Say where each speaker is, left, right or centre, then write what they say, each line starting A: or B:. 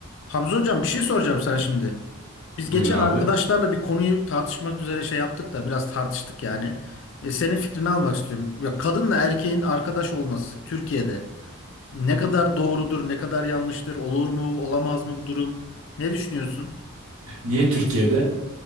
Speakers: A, on the left; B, on the right.
A: Hamza hocam bir şey soracağım sana şimdi. Biz
B: Buyur
A: geçen
B: abi.
A: arkadaşlarla bir konuyu tartışmak üzere şey yaptık da biraz tartıştık yani. E, senin fikrini almak istiyorum. Ya kadınla erkeğin arkadaş olması Türkiye'de ne kadar doğrudur, ne kadar yanlıştır, olur mu, olamaz mı bu durum? Ne düşünüyorsun?
B: Niye Türkiye'de?